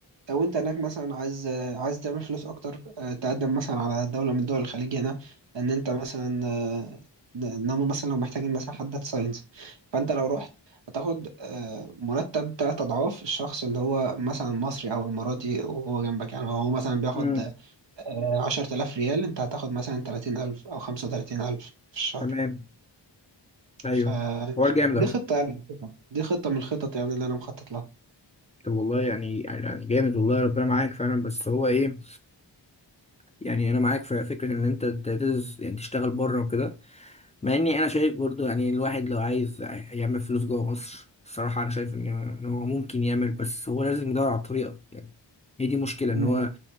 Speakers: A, on the right; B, on the left.
A: لو انت هناك مثلا عايز عايز تعمل فلوس اكتر آه، تقدم مثلا على دولة من دول الخليج هنا ان انت مثلا آه، ان هم مثلا لو محتاجين مثلا حد داتا ساينس فانت لو رحت هتاخد آه، مرتب تلات اضعاف الشخص اللي هو مثلا مصري او اماراتي وهو جنبك يعني هو مثلا بياخد
B: امم
A: آه، عشرة آلاف ريال انت هتاخد مثلا تلاتين ألف او خمسة وتلاتين ألف في الشهر
B: تمام أيوه
A: فدي
B: حوار جامد أوي
A: خطة يعني دي خطة من الخطط يعني اللي انا مخطط لها
B: طب والله يعني يعني جامد والله ربنا معاك فعلا بس هو إيه يعني أنا معاك في فكرة إن أنت تدرس يعني تشتغل بره وكده مع إني أنا شايف برضو يعني الواحد لو عايز يعمل فلوس جوه مصر الصراحة أنا شايف إن إن هو ممكن يعمل بس هو لازم يدور على الطريقة يعني هي دي مشكلة إن
A: مم.
B: هو